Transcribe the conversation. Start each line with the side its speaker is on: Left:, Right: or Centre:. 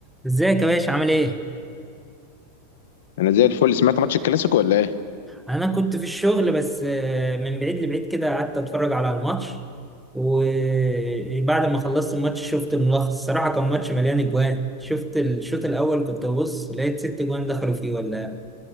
Centre: ازيك يا باشا عامل ايه؟
Left: انا زي الفل سمعت ماتش الكلاسيكو ولا ايه
Centre: انا كنت في الشغل بس آه، من بعيد لبعيد كده قعدت اتفرج على الماتش وبعد ما خلصت الماتش شفت الملخص الصراحة كان ماتش مليان اجوان شفت الشوط الاول كنت ببص لقيت ست اجوان دخلوا فيه ولا